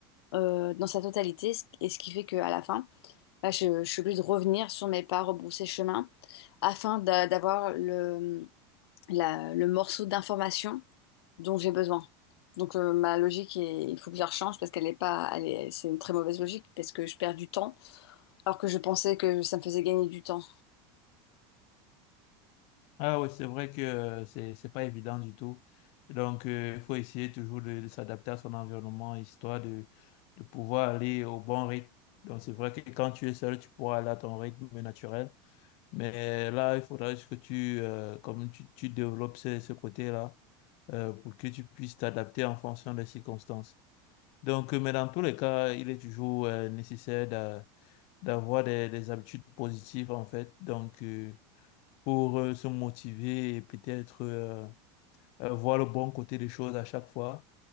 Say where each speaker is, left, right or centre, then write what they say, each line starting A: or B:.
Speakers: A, on the left; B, on the left.
A: euh, dans sa totalité, ce- et ce qui fait qu'à la fin, bah, je, je suis obligée de revenir sur mes pas, rebrousser chemin, afin d'a- d'avoir le, la- le morceau d'information dont j'ai besoin. Donc euh, ma logique, est- il faut que je la rechange parce qu'elle est pas, elle est- c'est une très mauvaise logique parce que je perds du temps alors que je pensais que ça me faisait gagner du temps.
B: Ah oui, c'est vrai que euh, c'est c'est pas évident du tout. Donc, euh, il faut essayer toujours de, de s'adapter à son environnement, histoire de, de pouvoir aller au bon rythme. Donc, c'est vrai que quand tu es seul, tu pourras aller à ton rythme naturel. Mais là, il faudra juste que tu, euh, comme tu, tu développes ce, ce côté-là, euh, pour que tu puisses t'adapter en fonction des circonstances. Donc, euh, mais dans tous les cas, il est toujours euh, nécessaire d'a- d'avoir des, des habitudes positives, en fait. Donc, euh, pour euh, se motiver et peut-être euh, euh, voir le bon côté des choses à chaque fois.